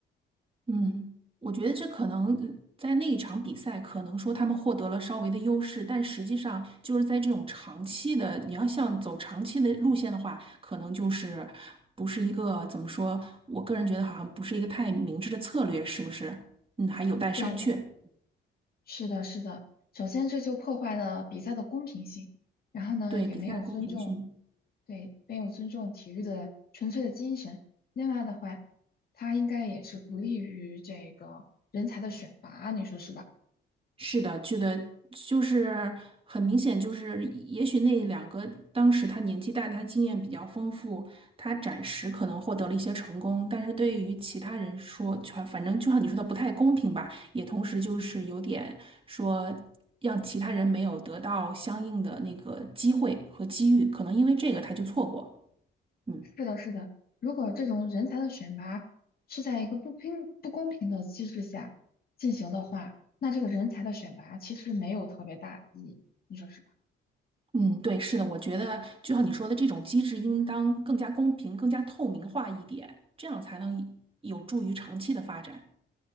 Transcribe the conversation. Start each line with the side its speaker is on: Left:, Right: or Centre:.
Right: 嗯，我觉得这可能呃在那一场比赛，可能说他们获得了稍微的优势，但实际上就是在这种长期的，你要像走长期的路线的话，可能就是不是一个怎么说，我个人觉得好像不是一个太明智的策略，是不是？嗯，还有待商榷。
Left: 对的。是的，是的。首先，这就破坏了比赛的公平性，然后呢，
Right: 对，
Left: 也没有尊重，
Right: 比赛公平性。
Left: 对，没有尊重体育的纯粹的精神。另外的话，它应该也是不利于这个人才的选拔，你说是吧？
Right: 是的，觉得就是很明显，就是也许那两个当时他年纪大，他经验比较丰富，他暂时可能获得了一些成功，但是对于其他人说，全反正就像你说的不太公平吧，也同时就是有点说让其他人没有得到相应的那个机会和机遇，可能因为这个他就错过，嗯。
Left: 是的，是的。如果这种人才的选拔是在一个不平不公平的机制下进行的话，那这个人才的选拔其实没有特别大的意义，你说是吧？
Right: 嗯，对，是的，我觉得就像你说的，这种机制应当更加公平、更加透明化一点，这样才能有助于长期的发展。